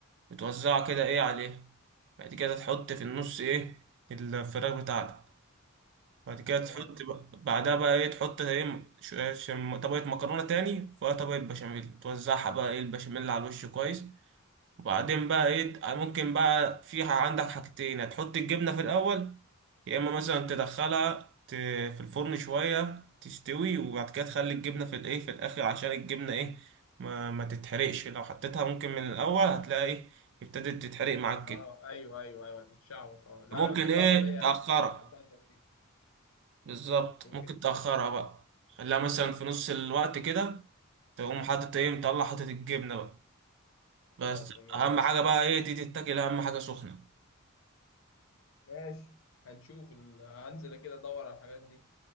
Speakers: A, on the right; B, on the left.
A: بتوزعها كده ايه عليه بعد كده تحط في النص ايه الفراخ بتاعتك بعد كده
B: تمام
A: تحط بقى بعدها بقى ايه تحط ايه م- ش- ش- طبقة مكرونة تاني فيها طبقة بشاميل توزعها بقى ايه البشاميل على الوش كويس وبعدين بقى ايه ت- ممكن بقى في ح- عندك حاجتين هتحط الجبنة في الأول يا إما مثلا تدخلها ت- في الفرن شوية تستوي وبعد كده تخلي الجبنة في الايه في الآخر عشان الجبنة ايه ما, ما تتحرقش لو حطيتها ممكن من الأول هتلاقي ايه ابتدت تتحرق معاك
B: اه
A: كده
B: ايوه ايوه ايوه هتتشعبط اه لا
A: ممكن
B: انا بحبها
A: ايه
B: طرية يا
A: تأخرها
B: عم بحبها طرية
A: بالظبط
B: ممكن
A: ممكن تأخرها بقى خليها مثلا في نص الوقت كده تقوم حاطط ايه مطلع حاطط الجبنة بقى بس
B: اه تمام
A: أهم حاجة بقى ايه دي تتاكل أهم حاجة سخنة
B: ماشي هنشوف ال... هنزل كده ادور على الحاجات دي